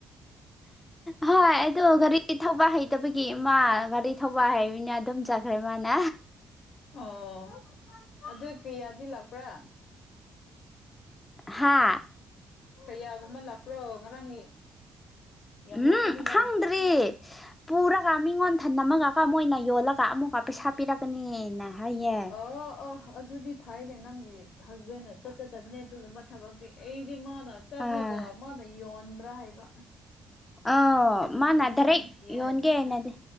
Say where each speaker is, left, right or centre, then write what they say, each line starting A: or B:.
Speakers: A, on the left; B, on the left.
A: ꯍꯣꯏ ꯑꯗꯣ ꯒꯥꯔꯤ ꯊꯕꯥ ꯍꯩꯇꯕꯒꯤ ꯃꯥ ꯒꯥꯔꯤ ꯊꯧꯕꯥꯜ ꯍꯥꯏꯕꯅꯤꯅ ꯑꯗꯨꯝ ꯆꯈ꯭ꯔꯦ ꯃꯥꯅ
B: ꯑꯣ ꯑꯗꯨ ꯀꯌꯥꯗꯤ ꯂꯥꯛꯄ꯭ꯔꯥ
A: ꯍꯥꯥ
B: ꯀꯌꯥꯒꯨꯝꯕ ꯂꯥꯛꯄ꯭ꯔꯣ ꯉꯔꯥꯡꯒꯤ ꯌꯥꯝ
A: ꯎꯝ
B: ꯂꯥꯛꯀꯅꯤꯗ
A: ꯈꯪꯗ꯭ꯔꯤ ꯄ ꯄꯨꯔꯥ ꯀꯃꯤꯒꯣꯟ ꯃꯊꯟ ꯑꯃꯒꯀ ꯑꯃ ꯑꯣꯏꯅ ꯌꯣꯜꯂꯒ ꯑꯃꯨꯛꯀ ꯄꯩꯁꯥ ꯄꯤꯔꯛꯀꯅꯤꯅ ꯍꯥꯏꯌꯦ
B: ꯑꯣ ꯑꯣ ꯑꯗꯨꯗꯤ ꯐꯥꯏꯗꯅꯤ ꯍꯁꯕꯦꯟꯅ ꯆꯠꯆꯗꯕꯅꯦ ꯑꯗꯨꯒꯨꯝꯕ ꯊꯕꯛꯇꯤ ꯑꯩꯗꯤ ꯃꯥꯅ ꯆꯠꯂꯒ
A: ꯑꯥ
B: ꯃꯥꯅ ꯌꯣꯟꯕ ꯄꯨꯔ ꯍꯥꯏꯕ
A: ꯑ ꯃꯥꯅꯗꯔ
B: ꯑꯗꯨꯗꯤ ꯅꯨꯡꯁꯤꯌꯦ
A: ꯌꯣꯟꯟꯒꯦ
B: ꯍꯥꯏꯕꯅꯤꯅ
A: ꯑꯩꯅꯗꯤ